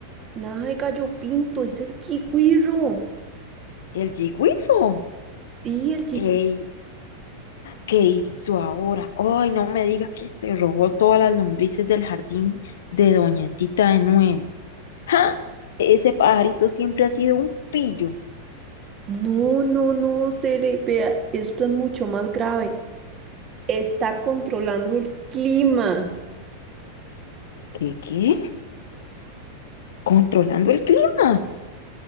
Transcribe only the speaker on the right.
Nada de gallo pinto, es el chigüiro.
Sí, el chico.
No, no, no, se vea, esto es mucho más grave. Está controlando el clima.